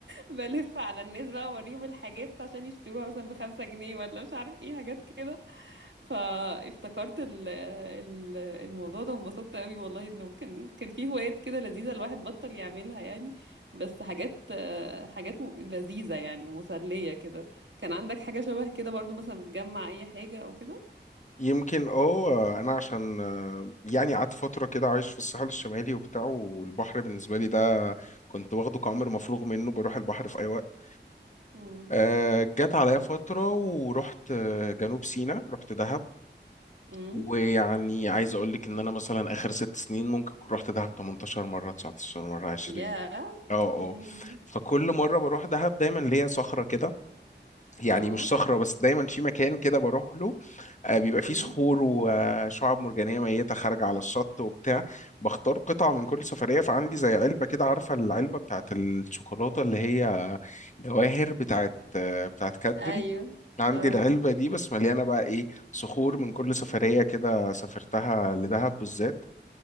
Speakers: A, on the right; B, on the left.
A: بلف على الناس بقى وأوريهم الحاجات عشان يشتروها مثلا بخمسة جنيه ولا مش عارف إيه حاجات كده فافتكرت ال ال الموضوع ده وانبسطت قوي والله انه كان كان في هوايات كده لذيذة الواحد بطل يعملها يعني بس حاجات آه، حاجات م- لذيذة يعني مسلية كده كان عندك حاجة شبه كده برضو مثلا بتجمع اي حاجة او كده
B: يمكن اه انا عشان آه، يعني قعدت فتره كده عايش في الساحل الشمالي وبتاع والبحر بالنسبه لي ده كنت واخده كأمر مفروغ منه بروح البحر في اي وقت
A: امم
B: آه، جت عليا فتره ورحت آه، جنوب سيناء رحت دهب
A: امم
B: ويعني عايز اقول لك ان انا مثلا اخر ست سنين ممكن كنت رحت دهب 18 مره 19 مره 20
A: يا
B: اه اه
A: امم
B: فكل مره بروح دهب دايما ليا صخره كده يعني
A: اه
B: مش صخره بس دايما في مكان كده بروح له آه، بيبقى فيه
A: امم
B: صخور وشعاب مرجانيه ميته خارجه على الشط وبتاع بختار قطعه من كل سفريه فعندي زي علبه كده عارفه العلبه بتاعت الشوكولاته اللي هي جواهر بتاعت آه، بتاعت كادبري
A: ايوه
B: عندي
A: اه
B: العلبة دي بس مليانة بقى إيه صخور من كل سفرية كده سافرتها لدهب بالذات